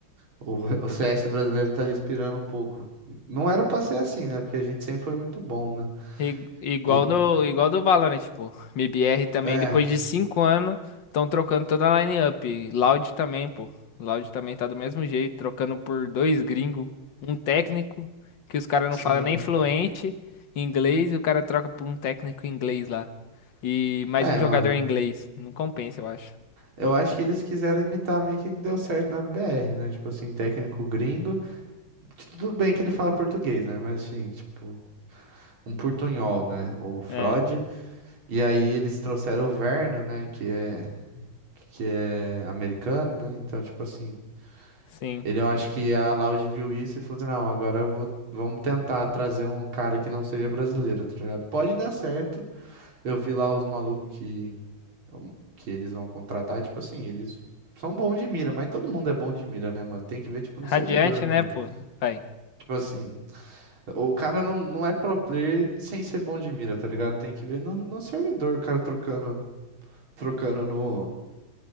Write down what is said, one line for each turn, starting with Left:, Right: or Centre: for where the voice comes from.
Right: o, o CS brasileiro tá respirando um pouco. Não era pra ser assim, né? Porque a gente sempre foi muito bom, né?
Left: I- igual
Right: E,
Left: no igual do Valorant, tipo, MBR também
Right: é,
Left: depois de cinco anos estão trocando toda a line-up. Loud também, pô. Loud também tá do mesmo jeito, trocando por dois gringos, um técnico que os caras não
Right: sim.
Left: falam nem fluente inglês e o cara troca por um técnico inglês lá. E mais
Right: É,
Left: um jogador
Right: mano,
Left: inglês. Não compensa, eu acho.
Right: eu acho que eles quiseram imitar meio que deu certo na BR, né? Tipo assim, técnico gringo. Tudo bem que ele fala português, né? Mas assim, tipo, um portunhol, né? O Freud.
Left: é
Right: E aí eles trouxeram o Verno, né? Que é, que é americano, né? Então, tipo assim.
Left: Sim.
Right: Ele, eu acho que a Laude viu isso e falou assim, não, agora eu vou, vamos tentar trazer um cara que não seja brasileiro, tá ligado? Pode dar certo. Eu vi lá os malucos que, que eles vão contratar, tipo assim, eles são bons de mira, mas todo mundo é bom de mira, né, mano? Tem que ver, tipo, no
Left: Radiante,
Right: servidor mesmo.
Left: né, pô? Pai.
Right: Tipo assim, O cara não, não é pro player sem ser bom de mira, tá ligado? Tem que ver no, no servidor, o cara trocando, trocando no,